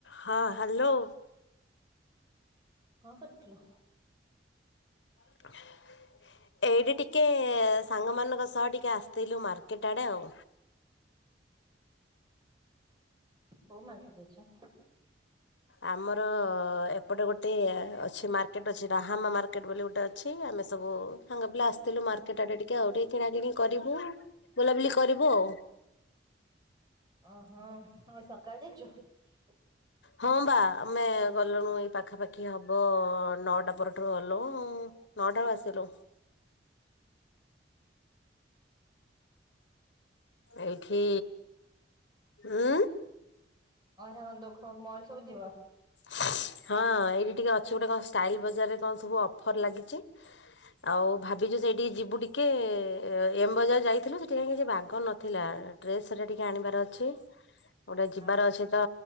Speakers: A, on the left; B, on the right.
A: ହଁ ହ୍ୟାଲୋ।
B: କଣ କରିୁଥିଲୁ?
A: ହ ଏଇଠି ଟିକେ ସାଙ୍ଗମାନଙ୍କ ସହ ଟିକେ ଆସିଥିଲୁ ମାର୍କେଟ ଆଡେ ଆଉ।
B: କୋଉ ମାର୍କେଟ ଯାଇଛ?
A: ଆମର ଏପଟେ ଗୋଟେ ଅଛି ମାର୍କେଟ ଅଛି ରାହାମା ମାର୍କେଟ ବୋଲି ଗୋଟେ ଅଛି। ଆମେ ସବୁ ସାଙ୍ଗେ ପିଲା ଆସିଥିଲୁ ମାର୍କେଟ ଆଡେ ଟିକେ ଆଉ। ଟିକେ କିଣା କିଣି କରିବୁ। ବୁଲାବୁଲି କରିବୁ ଆଉ।
B: ଓହୋ। ହଁ ଏ ସକାଳେ ଯାଇଛ? ହଁ
A: ହଁ ବା ଆମେ ଗଲୁଇଁ ଏଇ ପାଖାପାଖି ହବ ନଅଟା ପରଠାରୁ ଗଲୁଇଁ। ନଅ ଟାରୁ ଆସିଲୁ। ଏଇଠି,
B: ଅଇଁଛା
A: ଉଁ
B: ଅଇଖା କଣ ଦୋ ଖୋ ମଲ ସବୁ ଯିବ?
A: ହଁ, ଏଇଠି ଟିକେ ଅଛି ଗୋଟେ କଣ ଷ୍ଟାଇଲ ବଜାରରେ କଣ ସବୁ ଅଫର ଲାଗିଛି? ଆଉ ଭାବିଛୁ ସେଇଠିକେ ଯିବୁ ଟିକେ ଏମ୍ ବଜାର ଯାଇଥିଲୁ ସେଠି କାଇଁ କି ବାଗ ନଥିଲା ଡ୍ରେସ୍ ହେରିକା ଟିକେ ଆଣିବାର ଅଛି। ଗୋଟେ ଯିବାର
B: ଆଉ
A: ଅଛେ ତ